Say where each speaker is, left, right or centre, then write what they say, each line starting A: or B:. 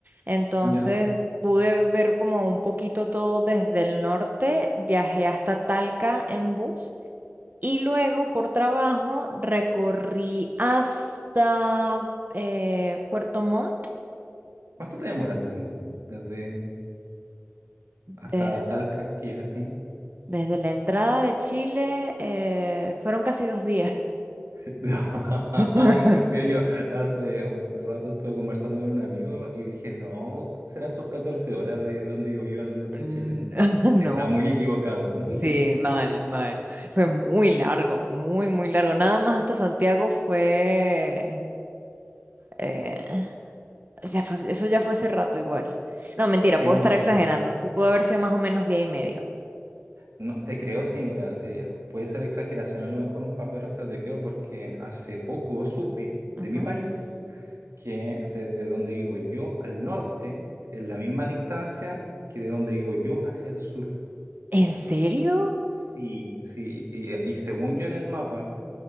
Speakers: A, on the right; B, on the right.
A: Entonces
B: ¿Ya?
A: pude ver como un poquito todo desde el norte, viajé hasta Talca en bus y luego por trabajo recorrí hasta eh, Puerto Montt.
B: ¿Cuánto te demoraste en bus? Desde hasta
A: de-
B: Talca que llegaste
A: desde la entrada de Chile, eh, fueron casi dos días.
B: <laughs>
A: <laughs>
B: Ay, Mira, yo hace un rato estuve conversando con un amigo y dije, no, serán sus 14 horas de donde yo al norte
A: Mm,
B: de Chile.
A: <laughs>
B: Está
A: No,
B: muy equivocado, <laughs> muy
A: sí,
B: equivocado.
A: mal, mal. Fue muy largo, muy, muy largo. Nada más hasta Santiago fue... eh, o sea, fue- eso ya fue hace rato igual. No, mentira,
B: Sí,
A: puedo
B: no
A: estar
B: sé.
A: exagerando. Fu- Pudo haber sido más o menos día y medio.
B: No, te creo, sí, mira, sí, puede ser exageración a lo mejor un par de horas, pero te creo porque hace poco supe
A: Ujú.
B: de mi país que desde donde vivo yo al norte es la misma distancia que de donde vivo yo hacia el sur.
A: ¿En serio?
B: Sí. Sí, y, y según yo en el mapa,